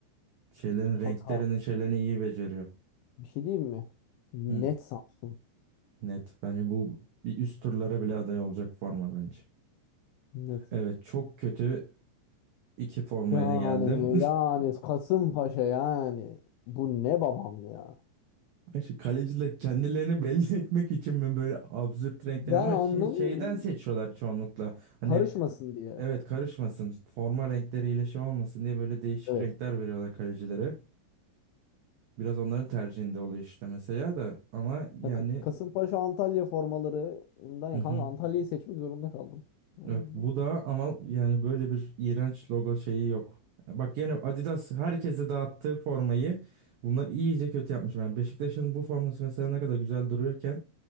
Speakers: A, on the right; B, on the left.
A: Şeylerin renklerinin
B: Kanka
A: şeylerini iyi beceriyor.
B: bir şey diyeyim mi? Net
A: Hı,
B: Samsun.
A: net. Bence bu bir üst turlara bile aday olacak forma bence.
B: Net.
A: Evet çok kötü iki formayla
B: Yani
A: geldim.
B: yani Kasımpaşa yani. Bu ne babam ya?
A: <laughs> Ay, Şu kaleciler kendilerini belli etmek için mi böyle absürt renkler
B: Ben
A: ama
B: anlamıyorum.
A: şey, şeyden seçiyorlar çoğunlukla. Hani
B: Karışmasın diye.
A: evet karışmasın forma renkleriyle şey olmasın diye böyle değişik
B: Evet.
A: renkler veriyorlar kalecilere. Biraz onların tercihinde oluyor işte mesela da ama yani
B: Ya Ka- Kasımpaşa Antalya formalarından
A: hı
B: ya
A: hı.
B: kanka Antalya'yı seçmek zorunda kaldım. Yani
A: Evet
B: bu-
A: bu da ama yani böyle bir iğrenç logo şeyi yok. Bak yine Adidas herkese dağıttığı formayı bunlar iyice kötü yapmış. Yani Beşiktaş'ın bu forması mesela ne kadar güzel duruyorken